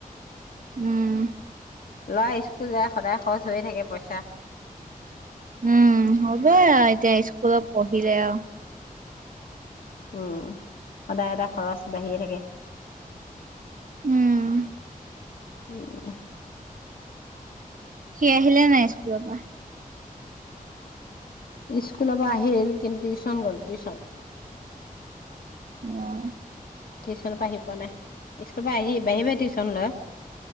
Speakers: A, on the right; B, on the left.
A: উম।
B: লৰা স্কুল যায়, সদায় খৰচ হৈয়ে থাকে পইচা।
A: উম, হ'বই আও এতিয়া স্কুলত পঢ়িলে আও।
B: উম, সদায় এটা খৰচ বাঢ়িয়ে থাকে।
A: উম।
B: উম।
A: সি আহিলে নাই স্কুলৰ পৰা?
B: স্কুলৰ পৰা আহিল, কিন্তু টিউচন গল টিউচন।
A: অঁ।
B: টিউশচনৰ পৰা আহি পোৱা নাই, স্কুলৰ পৰা আহি বাহিয়ে বাহিয়ে টিউশচন লয়।